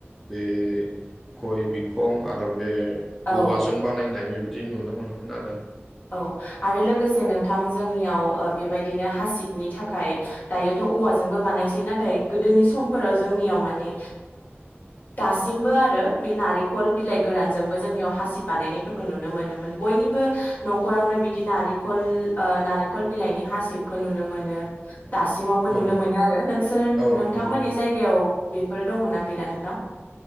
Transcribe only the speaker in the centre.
बे गय बिखं आरो बे
औवाजों बानायनाय बेदि बिदि नुनो मोनोमोन आरो
औ
औ
नंगौ नंगौ